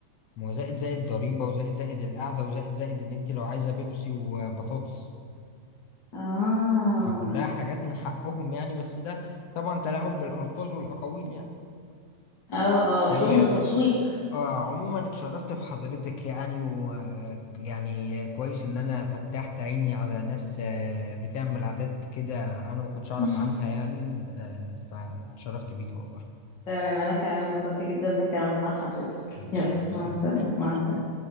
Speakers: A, on the left; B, on the left.
A: ما هو زائد زائد ضريبه وزائد زائد القعده وزائد زائد ان انت لو عايزه بيبسي وبطاطس
B: اه
A: فكلها حاجات من حقهم يعني بس ده طبعا تلاعب بالألفاظ والأقاويل يعني
B: اه اه
A: تمام
B: شغل تسويق
A: آه عموما اتشرفت بحضرتك يعني و يعني كويس إن أنا فتحت عيني على ناس آه، بتعمل عادات كده أنا ما كنتش أعرف
B: <laughs>
A: عنها يعني آه فاتشرفت بيك والله
B: تمام انا كمان انبسطت جدا بالكلام مع حضرتك
A: إن شاء
B: يلا
A: الله
B: مع
A: سلام
B: السلامة
A: سلام
B: مع السلامة